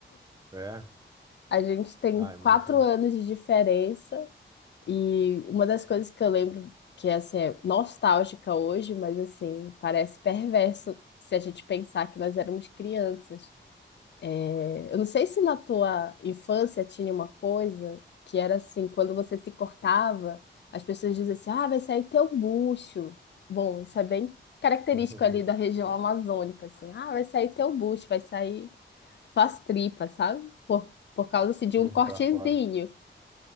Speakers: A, on the right (about 20°); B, on the left (about 60°).
A: é.
B: A gente tem
A: Ah, imagino.
B: quatro anos de diferença E uma das coisas que eu lembro que assim, é nostálgica hoje, mas assim, parece perverso se a gente pensar que nós éramos crianças. É, Eu não sei se na tua infância tinha uma coisa que era assim, quando você se cortava, as pessoas diziam assim, ah, vai sair teu bucho. Bom, isso é bem característico
A: <laughs>
B: ali da região amazônica, assim, ah, vai sair teu bucho, vai sair tuas tripas, sabe? Por, por causa assim, de
A: Uhum,
B: um cortezinho.
A: uhum, pra fora.